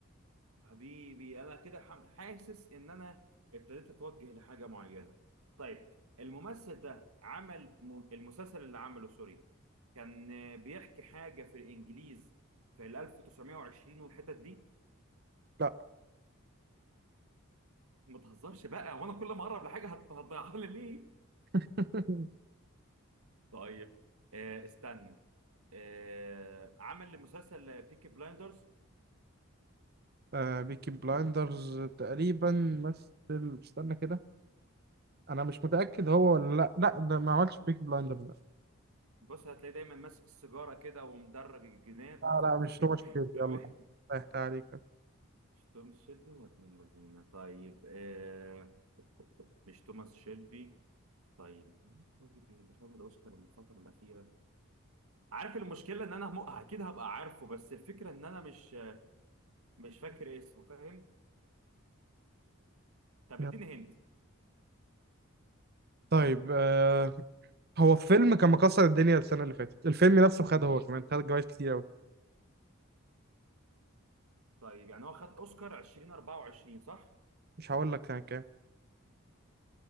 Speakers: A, on the right; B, on the right.
A: حبيبي انا كده حم- حاسس ان انا ابتديت اتوجه لحاجه معينه طيب الممثل ده عمل م- المسلسل اللي عمله سوري كان آه، بيحكي حاجه في الانجليز في ال 1920 والحتت دي
B: لا
A: ما تهزرش بقى وانا كل ما اقرب لحاجه هت- هتضيعها لي ليه
B: <laughs>
A: طيب آه استنى آه عمل مسلسل بيكي بلايندرز
B: آه بيكي بلايندرز تقريبا مثل استنى كده انا مش متاكد هو ولا لا لا ده ما عملش بيكي بلايندرز لا
A: بص هتلاقيه دايما ماسك السيجاره كده ومدرج الجناب
B: لا لا، مش هو
A: <laughs>
B: مش كده
A: تمام
B: يلا ريحت عليك
A: مش توماس شيلبي ولا ابن الذين طيب آه مش توماس شيلبي طيب مين طيب اللي خد الاوسكار الفتره الاخيره عارف المشكله ان انا م... اكيد هبقى عارفه بس الفكره ان انا مش مش فاكر اسمه فاهم طب
B: يلا.
A: اديني هنت
B: طيب آه هو فيلم كان مكسر الدنيا السنه اللي فاتت الفيلم نفسه خد هو كمان خد جوائز كتير قوي
A: طيب يعني هو خد اوسكار 2024 صح
B: مش هقول لك كان كام